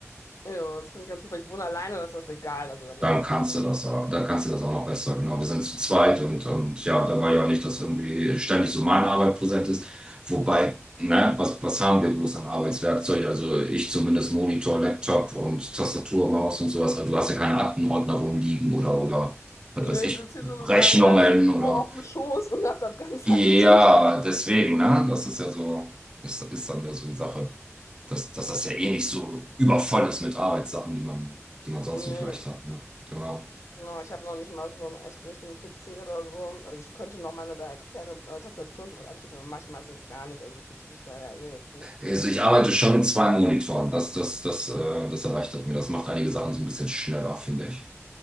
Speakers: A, on the left (about 75°); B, on the right (about 15°).
A: ja, das finde ich ganz gut, weil ich wohne alleine, das ist das egal. Also da nervt
B: dann
A: mich
B: kannst
A: jetzt.
B: du das, auch- dann kannst du das auch noch besser. Genau, wir sind zu zweit und, und ja, da war ja auch nicht, dass irgendwie ständig so meine Arbeit präsent ist. Wobei, ne, was, was haben wir bloß an Arbeitswerkzeug? Also ich zumindest Monitor, Laptop und Tastatur, Maus und sowas. Also du hast ja keine Aktenordner rumliegen oder, oder, was
A: Nö,
B: weiß ich,
A: ich sitze hier nur mit
B: Rechnungen
A: meinem kleinen MacBook
B: oder.
A: auf dem Schoß und hab das ganz
B: Ja,
A: handlich.
B: deswegen, ne, das ist ja so, ist, ist dann ja so die Sache, dass, dass das ja eh nicht so übervoll ist mit Arbeitssachen, die man, die man sonst
A: Nee,
B: so vielleicht hat, ne? Genau.
A: genau, ich habe noch nicht mal so einen echten richtigen PC oder so. Also ich könnte noch meine da externe äh, Tastatur und so was anschließen, aber mache ich meistens gar nicht. Also so viel tippe ich da ja eh jetzt nicht.
B: Also ich arbeite schon mit zwei Monitoren. Das, das, das, äh, das erleichtert mir. Das macht einige Sachen so ein bisschen schneller, finde ich.